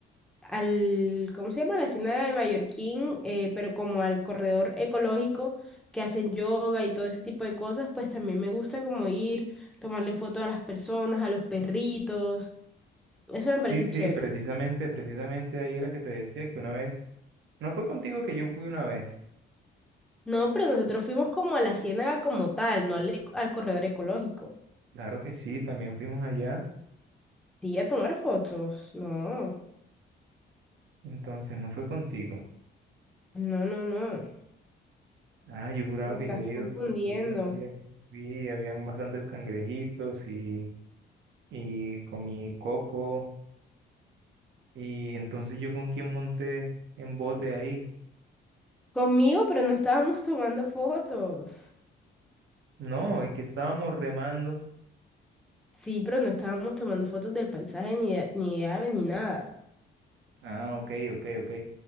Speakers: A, in the centre; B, on the right.
A: al, ¿cómo se llama? A la Hacienda de Mallorquín, eh, pero como al corredor ecológico que hacen yoga y todo ese tipo de cosas, pues también me gusta como ir, tomarle fotos a las personas, a los perritos, eso me parece
B: sí, sí,
A: chévere.
B: precisamente, precisamente ahí era que te decía que una vez, no fue contigo que yo fui una vez.
A: No, pero nosotros fuimos como a la ciénaga como tal, no al, eco- al corredor ecológico.
B: Claro que sí, también fuimos allá,
A: Sí, a tomar fotos. No,
B: entonces no fue contigo.
A: no, no, no.
B: Ah, yo juraba
A: Me estás
B: que yo había
A: confundiendo.
B: ido contigo un día que fui, habían bastantes cangrejitos y, y comí coco. Y entonces yo con quién monté en bote ahí.
A: Conmigo, pero no estábamos tomando fotos.
B: No, es que estábamos remando.
A: Sí, pero no estábamos tomando fotos del paisaje ni de, ni de aves ni nada.
B: Ah, ok, ok, ok.